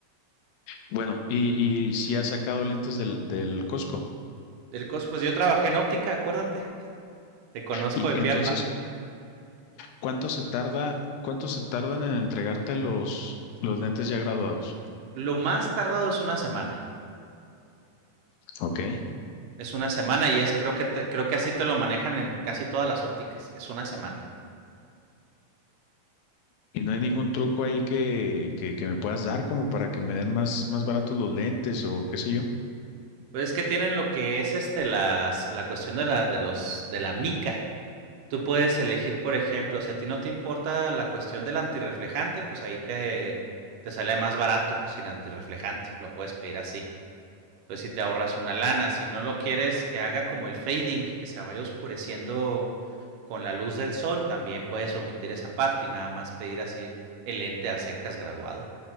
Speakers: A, on the left; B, on the right.
A: Bueno, y, y si has sacado lentes del, del Costco.
B: Del cos, pues yo trabajé en óptica, acuérdate. Te conozco
A: Y que-
B: de piapa.
A: entonces, ¿cuánto se tarda, cuánto se tardan en entregarte los, los lentes ya graduados?
B: Lo más tardado es una semana.
A: Ok.
B: Es una semana y es creo que te- creo que así te lo manejan en casi todas las ópticas. Es una semana.
A: Y no hay ningún truco ahí que, que, que me puedas dar como para que me den más, más baratos los lentes o qué sé yo.
B: Pues es que tienen lo que es este las la cuestión de la de los de la mica. Tú puedes elegir, por ejemplo, si a ti no te importa la cuestión del antirreflejante, pues ahí te te sale más barato sin antirreflejante. Lo puedes pedir así. Entonces, si te ahorras una lana, si no lo quieres que haga como el fading, que se vaya oscureciendo con la luz del sol, también puedes omitir esa parte y nada más pedir así el lente a secas graduado.